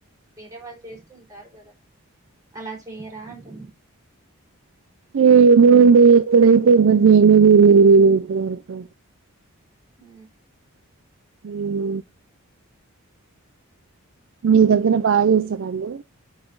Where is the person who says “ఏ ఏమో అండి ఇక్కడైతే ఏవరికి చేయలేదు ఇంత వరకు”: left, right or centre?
Right